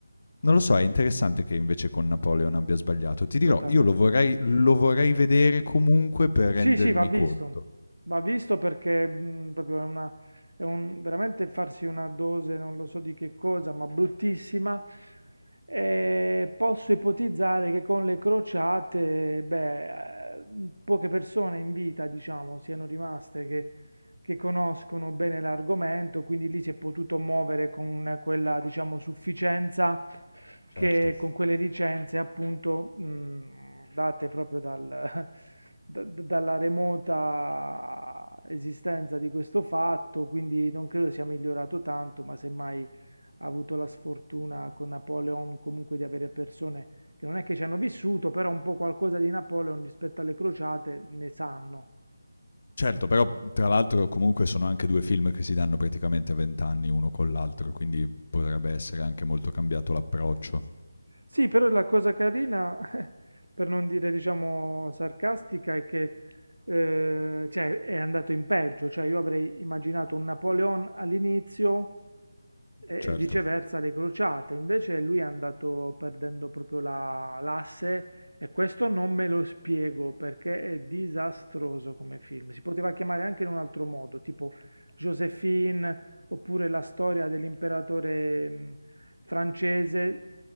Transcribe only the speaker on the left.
Non lo so, è interessante che invece con Napoleon abbia sbagliato. Ti dirò,
io lo vorrei, lo vorrei vedere comunque per
rendermi
conto.
Certo.
Certo, però tra l'altro comunque sono anche due film che si danno praticamente a vent'anni uno con l'altro, quindi potrebbe essere anche molto cambiato l'approccio,
certo.